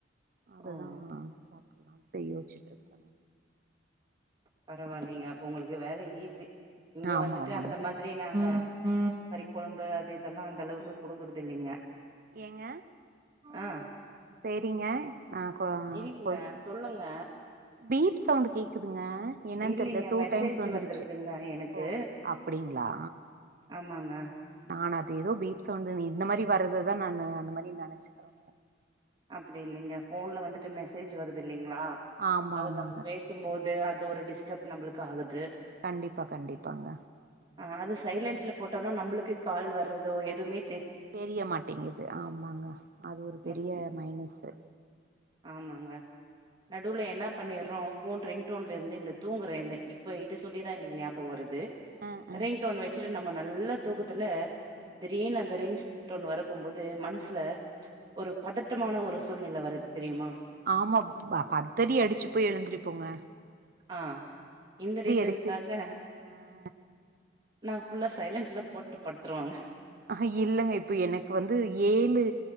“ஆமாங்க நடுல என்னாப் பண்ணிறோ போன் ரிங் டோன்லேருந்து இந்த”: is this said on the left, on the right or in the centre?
Right